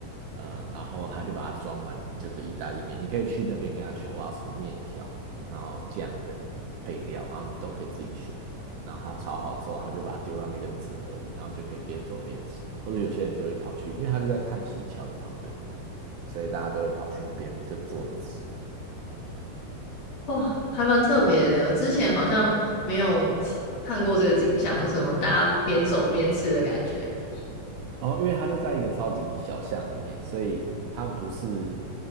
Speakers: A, on the right; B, on the left.
A: 呃，然后他就把它装满，就是意大利面。你可以去那边跟他选我要什么面条，然后酱跟配料，然后你都可以自己选。然后他炒好之后，他就把它丢到那个纸盒里，然后你就可以边走边吃。或者有些人就会跑去，因为他就在叹息桥的旁边，所以大家都会跑去那边就坐着吃。
B: 哇，还蛮特别的。我之前好像没有看过这个景象，什么大家边走边吃的感觉。<laughs>
A: 哦，因为它就在一个超级小巷里面，所以它不是